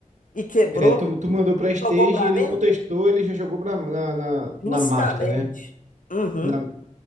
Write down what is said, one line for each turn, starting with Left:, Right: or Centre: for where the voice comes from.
Left: E quebrou?
Right: É, tu, tu mandou pra Stage,
Left: Jogou pra
Right: ele
Left: mim?
Right: não testou, ele já jogou pra, na, na,
Left: Justamente.
Right: na Master, né?
Left: Uhum.
Right: Na...